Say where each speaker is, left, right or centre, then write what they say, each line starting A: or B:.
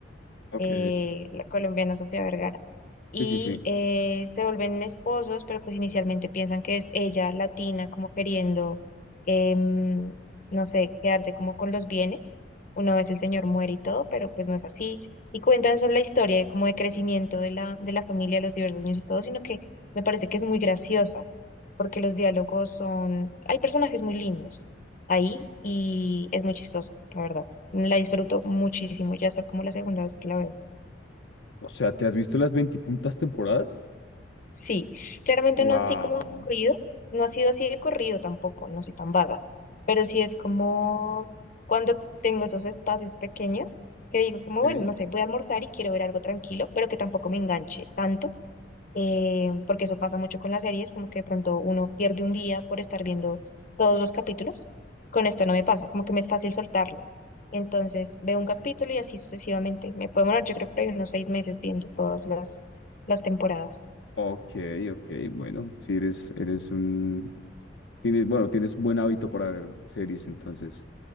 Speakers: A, on the left; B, on the left.
A: Ok.
B: eh, la colombiana Sofía Vergara.
A: Sí,
B: Y
A: sí, sí.
B: eh, se vuelven esposos, pero pues inicialmente piensan que es ella latina, como queriendo, em, no sé, quedarse como con los bienes. Una vez el señor muere y todo, pero pues no es así. Y cuentan son la historia de, como de crecimiento de la, de la familia, los diversos niños y todo, sino que me parece que es muy graciosa, porque los diálogos son, hay personajes muy lindos ahí y es muy chistoso, la verdad. La disfruto muchísimo, ya estás como la segunda vez que la veo.
A: O sea, ¿te has visto las veintipuntas temporadas?
B: Sí, claramente
A: Wow.
B: no así como de corrido, no ha sido así de corrido tampoco, no soy tan vaga, pero sí es como cuando tengo esos espacios pequeños que digo como,
A: Ok,
B: bueno, no sé,
A: <laughs>
B: voy a almorzar y quiero ver algo tranquilo, pero que tampoco me enganche tanto eh, porque eso pasa mucho con las series, como que de pronto uno pierde un día por estar viendo todos los capítulos. Con esto no me pasa, como que me es fácil soltarlo. Entonces veo un capítulo y así sucesivamente. Me puedo demorar, yo creo por ahí unos seis meses viendo todas las, las temporadas.
A: ok, ok, bueno, si eres, eres un, tienes, bueno, tienes buen hábito para ver series, entonces,